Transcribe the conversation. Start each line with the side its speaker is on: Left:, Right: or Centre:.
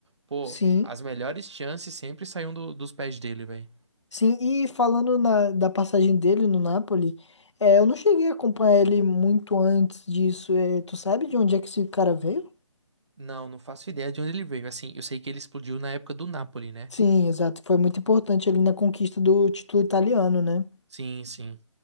Right: Pô,
Left: Sim,
Right: as melhores chances sempre saíam do- dos pés dele, velho.
Left: sim. E falando na, da passagem dele no Napoli, é, eu não cheguei a acompanhar ele muito antes disso. é, tu sabe de onde é que esse cara veio?
Right: Não, não faço ideia de onde ele veio. Assim, eu sei que ele explodiu na época do Napoli, né?
Left: Sim, exato. Foi muito importante ele na conquista do título italiano, né?
Right: Sim, sim.